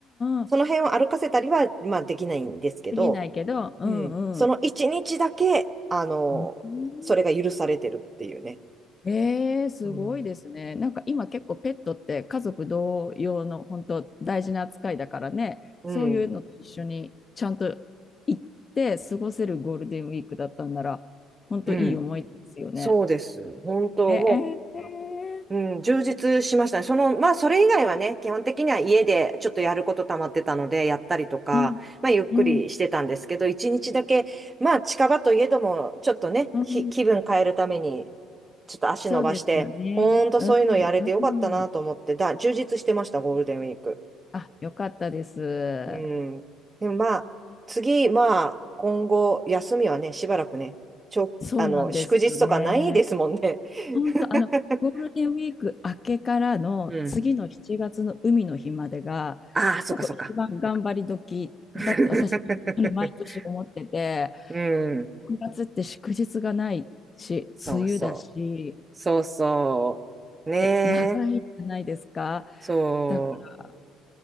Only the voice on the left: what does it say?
ん、うん。
できないけど、うん、
うん。
うん
えー、すごいですね。
なんか今結構ペットって家族同様の本当大事な扱いだからね、
そういうのと一緒にちゃんと行って過ごせるゴールデンウィークだったんなら、本当いい思い出ですよね。
ええー、
うん、
うん、
うん、
そうですよね。
うん、うん。
あ、よかったです。
そうなんですよね。
本当、
あの、ゴールデンウィーク明けからの次の7月の海の日までが、
ここ一番頑張り時だって私、
本当に毎年思ってて、
6月って祝日がないし、
梅雨だし、
いや長いじゃないですか。
だから、